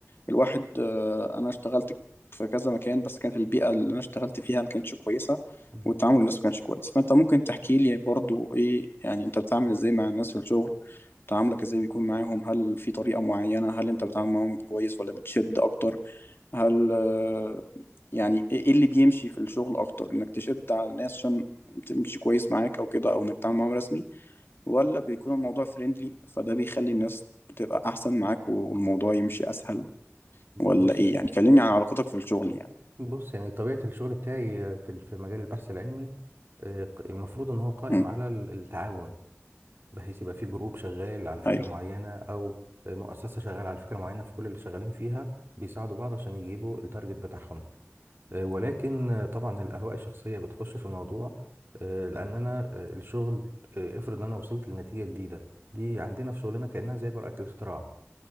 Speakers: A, on the left; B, on the right.
A: الواحد آه، انا اشتغلت في كذا مكان بس كانت البيئه اللي انا اشتغلت فيها ما كانتش كويسه
B: مم.
A: والتعامل الناس ما كانش كويس فانت ممكن تحكي لي برضو ايه يعني انت بتتعامل ازاي مع الناس في الشغل تعاملك ازاي بيكون معاهم هل في طريقه معينه هل انت بتتعامل معاهم كويس ولا بتشد اكتر هل آه، يعني ايه إيه اللي بيمشي في الشغل اكتر انك تشد على الناس عشان تمشي كويس معاك او كده او انك تتعامل معاهم رسمي ولا بيكون الموضوع فريندلي فده بيخلي الناس بتبقى احسن معاك والموضوع يمشي اسهل ولا
B: بص
A: ايه يعني كلمني عن علاقتك في الشغل يعني
B: بص يعني طبيعة الشغل بتاعي في في مجال البحث العلمي آه، ق- المفروض إن هو قائم
A: امم
B: على ال- التعاون بحيث يبقى في جروب شغال على فكرة
A: ايوه
B: معينة أو مؤسسة شغالة على فكرة معينة فكل اللي شغالين فيها بيساعدوا بعض عشان يجيبوا التارجت بتاعهم آه، ولكن آه، طبعا الأهواء الشخصية بتخش في الموضوع آه، لأن أنا آه، الشغل آه، افرض إن أنا وصلت لنتيجة جديده دي عندنا في شغلنا كأنها زي براءة الاختراع